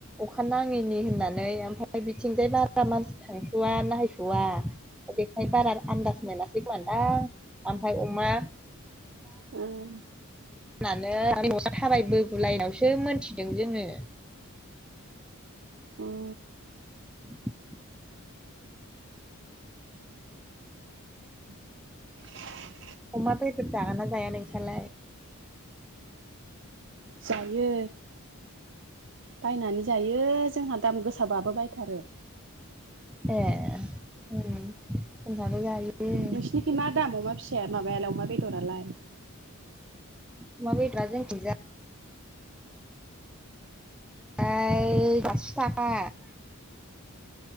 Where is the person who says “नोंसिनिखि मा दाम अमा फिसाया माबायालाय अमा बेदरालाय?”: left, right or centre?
Right